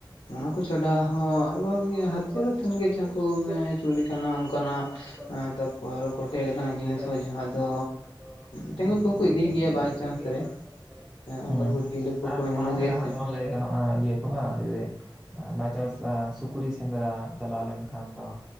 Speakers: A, on the left (about 80°); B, in the centre.
A: ᱚᱱᱟ ᱠᱚ ᱪᱷᱟᱰᱟ
B: ᱚᱱᱟ
A: ᱦᱚᱸ
B: ᱠᱚ ᱪᱷᱟᱰᱟ
A: ᱟᱨᱚ
B: ᱦᱚᱸ
A: ᱦᱟᱹᱛᱭᱟᱹᱨ
B: ᱱᱤᱭᱟᱹ
A: ᱥᱮᱱ
B: ᱦᱟᱛᱮᱞ
A: ᱜᱮ ᱡᱟᱦᱟᱸ ᱠᱚ
B: ᱠᱷᱟᱱ
A: ᱢᱟᱱᱮ
B: ᱜᱮ ᱡᱷᱚᱛᱚ
A: ᱪᱩᱞᱤ ᱠᱟᱱᱟ ᱚᱱᱠᱟᱱᱟᱜ
B: ᱡᱤᱯᱩ
A: ᱛᱟᱯᱚᱨ ᱠᱚᱴᱮᱡ ᱞᱮᱠᱟᱱᱟᱜ ᱡᱤᱱᱤᱥ ᱦᱚᱸ ᱡᱟᱦᱟᱸ ᱫᱚ
B: ᱦᱮᱸ ᱥᱮ ᱵᱟ ᱡᱟᱦᱟᱸ ᱫᱚ
A: ᱴᱮᱸᱜᱚᱡ ᱠᱚᱦᱚᱸ ᱠᱚ ᱤᱫᱤᱭ
B: ᱥᱟᱸᱜᱤᱧ
A: ᱜᱮᱭᱟ
B: ᱫᱚᱠᱚ
A: ᱵᱟᱭ
B: ᱤᱫᱤᱭ
A: ᱪᱟᱱᱥ
B: ᱜᱮᱭᱟ
A: ᱨᱮ
B: ᱵᱟᱭᱪᱟᱸᱥ ᱨᱮ,
A: ᱦᱮᱸ ᱚᱱᱠᱟᱱ
B: ᱦᱩᱸ
A: ᱠᱚ ᱡᱤᱭᱟᱹᱞᱤ ᱠᱚᱠᱚ
B: ᱟᱨ
A: ᱧᱟᱢᱚᱜ
B: ᱚᱱᱟ ᱪᱷᱟᱰᱟ
A: ᱜᱮᱭᱟ ᱥᱮ
B: ᱦᱚᱸ ᱡᱮᱢᱚᱱ ᱞᱟᱹᱭ ᱜᱟᱱᱚᱜᱼᱟ ᱤᱭᱟᱹ ᱵᱟᱝ ᱡᱩᱫᱤ ᱵᱟᱭᱪᱟᱱᱥ ᱥᱩᱠᱨᱤ ᱥᱮᱸᱫᱽᱨᱟ ᱪᱟᱞᱟᱣ ᱞᱮᱱ ᱠᱷᱟᱱ ᱫᱚ